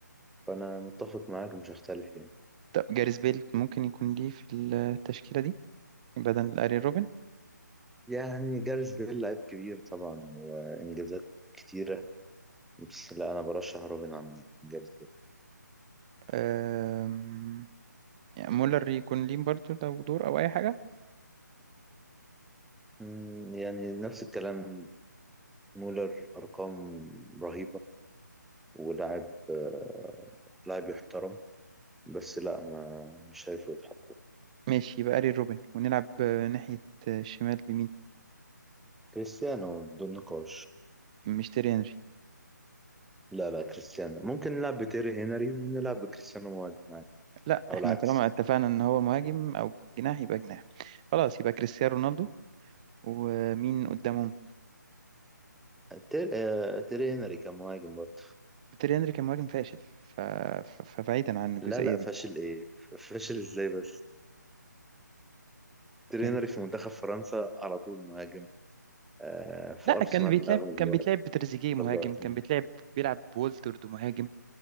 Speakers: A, in the centre; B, on the right.
A: فأنا متفق معاك مش هختلف يعني
B: طب جاريس بيل ممكن يكون ليه في التشكيله دي بدل ارين روبن
A: يعني جاريث بيل لعيب كبير طبعا وإنجازات كتيرة بس لا أنا برشح روبن عن جاريث بيل
B: آم، يعني مولر يكون ليه برضه لو دور او اي حاجه
A: مم، يعني نفس الكلام مولر أرقام رهيبة ولاعب آه، لاعب يحترم بس لا ما مش شايفه يتحط
B: ماشي يبقى ارين روبن ونلعب آه، ناحيه آه، الشمال بمين
A: كريستيانو بدون نقاش
B: مش تيري هنري
A: لا لا كريستيانو ممكن نلعب بتيري هنري ونلعب بكريستيانو مهاجم عادي
B: لا
A: أو
B: احنا
A: العكس
B: طالما اتفقنا ان هو مهاجم او جناح يبقى جناح خلاص يبقى كريستيانو رونالدو ومين قدامهم
A: تير... آه، تيري هنري كان مهاجم برضه
B: تيري هنري كان مهاجم فاشل ف... ف... فبعيدا عن الجزئية
A: لا لا
B: دي
A: فاشل ايه فاشل ازاي بس تيري
B: يعني
A: هنري في منتخب فرنسا على طول مهاجم آه، في
B: لا
A: ارسنال
B: كان بيتلعب
A: اغلب
B: كان
A: الوقت
B: بيتلعب بتريزيجيه مهاجم
A: أغلب الوقت
B: كان
A: مهاجم.
B: بيتلعب بيلعب بولترد مهاجم